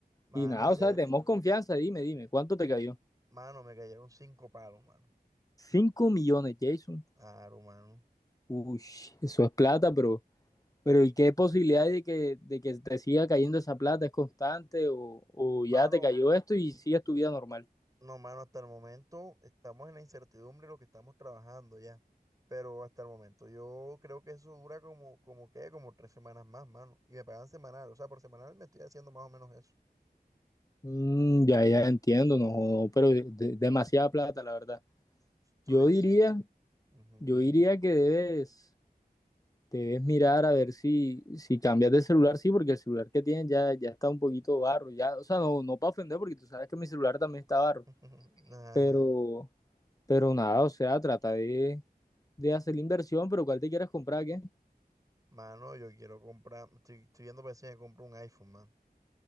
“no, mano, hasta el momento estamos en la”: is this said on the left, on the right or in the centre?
Right